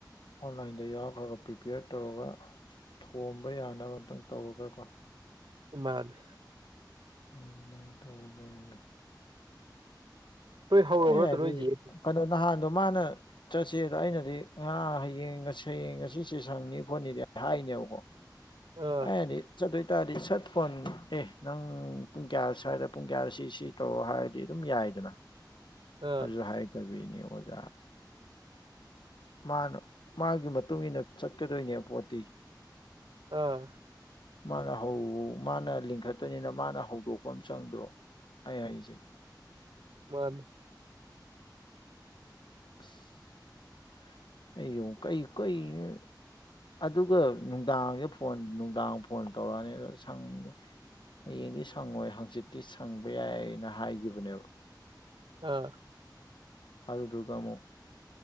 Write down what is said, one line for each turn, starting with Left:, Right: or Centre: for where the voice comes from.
Left: ꯑꯣꯟꯂꯥꯏꯟꯗ ꯌꯥꯎꯈ꯭ꯔꯒ ꯄ꯭ꯔꯤꯄꯦꯌꯔ ꯇꯧꯔꯒ ꯊꯣꯝꯕ ꯌꯥꯅꯕ ꯑꯝꯇꯪ ꯇꯧꯔꯒꯀꯣ
Right: ꯃꯥꯅꯦ
Left: ꯑꯗꯨꯃꯥꯏꯅ ꯇꯧꯔꯗꯣꯏꯔꯦꯗ
Right: ꯅꯣꯏ ꯍꯧꯔꯕ
Left: ꯑꯩꯅ
Right: ꯅꯠꯇ꯭ꯔꯣ
Left: ꯍꯥꯏꯗꯤ
Right: ꯅꯣꯏꯁꯦ
Left: ꯀꯩꯅꯣ ꯅꯍꯥꯟꯗꯣ ꯃꯥꯅ ꯆꯠꯁꯦꯗ ꯑꯩꯅꯗꯤ ꯉꯥ ꯍꯌꯦꯡ ꯉ ꯁꯌꯦꯡ ꯉꯁꯤꯁꯦ ꯁꯪꯅꯤ ꯈꯣꯠꯅꯤꯗꯤ ꯍꯥꯏꯅꯦꯕꯀꯣ
Right: ꯑꯥ
Left: ꯑꯗꯤ ꯆꯠ ꯇꫭꯏ ꯇꯥꯥꯔꯗꯤ ꯁꯠ ꯐꯣꯟ ꯑꯦ ꯅꯪ ꯄꯨꯡ ꯀꯌꯥ ꯁ꯭ꯋꯥꯏꯗ ꯄꯨꯡ ꯀꯌꯥꯁꯤ ꯁꯤ ꯇꯧ ꯍꯥꯏꯔꯗꯤ ꯑꯗꯨꯝ ꯌꯥꯏꯗꯅ
Right: ꯑꯥ
Left: ꯑꯗꯨꯁꯨ ꯍꯥꯏꯗꯕꯤꯅꯤ ꯑꯣꯖꯥ ꯃꯥꯅ ꯃꯥꯒꯤ ꯃꯇꯨꯡ ꯏꯟꯅ ꯆꯠꯀꯗꯣꯏꯅꯦ ꯄꯣꯠꯇꯤ
Right: ꯑꯥ
Left: ꯃꯥꯅ ꯍꯧ ꯃꯥꯅ ꯂꯤꯡꯈꯠꯇꫭꯏꯅꯤꯅ ꯃꯥꯅ ꯍꯧꯗꯣꯛꯄ ꯑꯃ ꯆꯪꯗ꯭ꯔꯣ ꯑꯩ ꯍꯥꯏꯁꯦ
Right: ꯃꯥꯅꯤ
Left: ꯑꯁ ꯑꯩꯑꯣ ꯀꯩ ꯀꯩꯅꫭ ꯑꯗꯨꯒ ꯅꯨꯡꯗꯥꯡꯗ ꯐꯣꯟ ꯅꯨꯡꯗꯥꯡ ꯐꯣꯟ ꯇꯧꯔꯛꯑꯅꯤ ꯑꯗꯣ ꯁꯪ ꯍꯌꯦꯡꯗꯤ ꯁꯪꯉꯣꯏ ꯍꯤꯡꯆꯤꯠꯇꯤ ꯁꯪꯕ ꯌꯥꯏꯅ ꯍꯥꯏꯈꯤꯕꯅꯦꯕ
Right: ꯑꯥ
Left: ꯑꯗꯨꯗꯨꯒꯥ ꯑꯃꯨꯛ